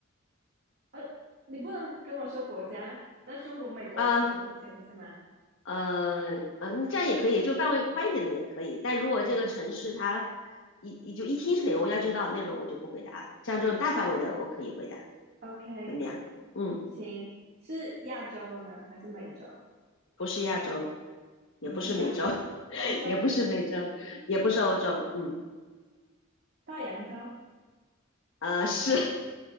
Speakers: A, on the right; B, on the left.
A: 呃，你不能跟我说国家，那中国、美国那种也不行是吗？
B: 嗯。呃，嗯，那这样也可以，就范围宽一点的也可以。但如果这个城市它
A: 嗯
B: 一一就一听是哪个国家就知道那种，我就不回答了。像这种大范围的，我可以回答，
A: ，OK，
B: 怎么样？嗯，
A: 行，是亚洲的吗？还是美洲？
B: 不是亚洲，也不是美洲，
A: 不是亚，
B: <laughs>
A: 欧洲，
B: 也不是美洲，也不是欧洲，嗯，
A: 大洋洲，
B: 呃，是，